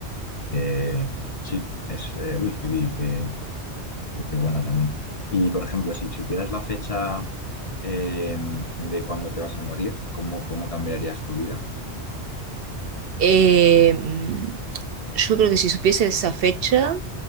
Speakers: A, on the left; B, on the right.
A: Eh, sí, es, eh, uy, qué, di- qué- qué- qué buena también. Y, por ejemplo, si supieras la fecha eh, de cuándo te vas a morir, ¿cómo, cómo cambiarías tu vida?
B: Eh, mm, yo creo que si supiese esa fecha,